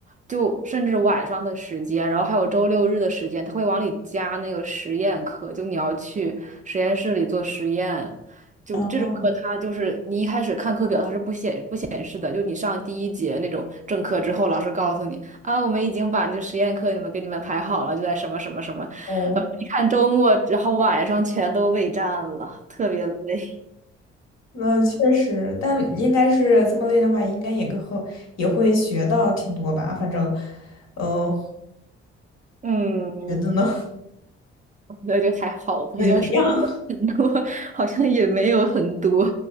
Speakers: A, on the right; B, on the left.
A: 就甚至晚上的时间，然后还有周六日的时间，他会往里加那个实验课，就你要去实验室里做实验，就这种课它就是你一开始看课表它是不显不显示的，
B: 哦
A: 就你上第一节那种正课之后，老师告诉你啊，我们已经把就实验课你们给你们排好了，就在什么什么什么。
B: 哦，
A: 看周末，然后晚上全都备战了，特别累。<laughs>
B: 那确实，但应该是这么累的话，应该也跟和也会学到挺多吧。反正，呃，
A: 嗯，
B: 觉得呢
A: 那就还好吧。
B: <laughs> 也就那样。
A: 要是很多，<laughs> 好像也没有很多。